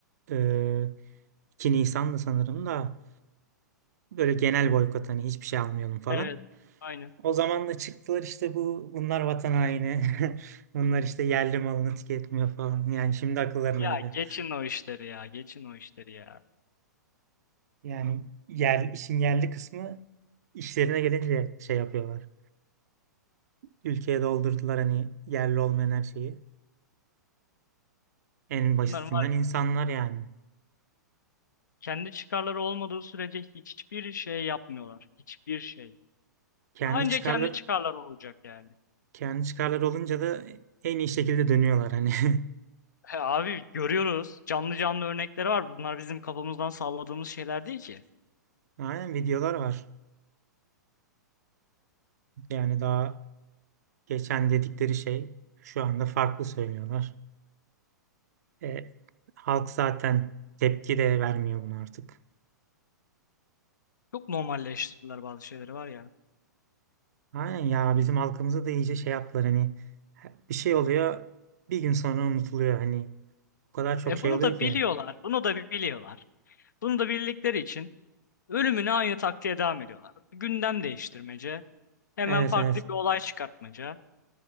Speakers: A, on the right; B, on the left.
A: e, 2 Nisan'dı sanırım da böyle genel boykot hani hiçbir şey almayalım falan.
B: Evet. Aynen.
A: O zaman da çıktılar işte bu bunlar vatan haini. <laughs> Bunlar işte yerli malını tüketmiyor falan. Yani şimdi akıllarına
B: Ya
A: geliyor.
B: geçin o işleri ya, geçin o işleri ya.
A: Yani yer, işin yerli kısmı işlerine gelince şey yapıyorlar. Ülkeye doldurdular hani yerli olmayan her şeyi. En basitinden
B: Bunların var ya,
A: insanlar yani.
B: kendi çıkarları olmadığı sürece hiçbir şey yapmıyorlar. Hiçbir şey.
A: Kendi
B: Anca
A: çıkarlar
B: kendi çıkarları olacak yani.
A: kendi çıkarlar olunca da en iyi şekilde dönüyorlar hani. <laughs>
B: He abi görüyoruz. Canlı canlı örnekleri var. Bunlar bizim kafamızdan salladığımız şeyler değil ki.
A: Aynen videolar var. Yani daha geçen dedikleri şey şu anda farklı söylüyorlar. E, halk zaten tepki de vermiyor buna artık.
B: Çok normalleştirdiler bazı şeyleri var ya.
A: Aynen ya bizim halkımızı da iyice şey yaptılar hani bir şey oluyor bir gün sonra unutuluyor hani o kadar çok
B: E
A: şey
B: bunu
A: oluyor
B: da
A: ki.
B: biliyorlar. Bunu da biliyorlar. Bunu da bildikleri için ölümüne aynı taktiğe devam ediyorlar. Gündem değiştirmece. Hemen
A: Evet
B: farklı
A: evet.
B: bir olay çıkartmaca.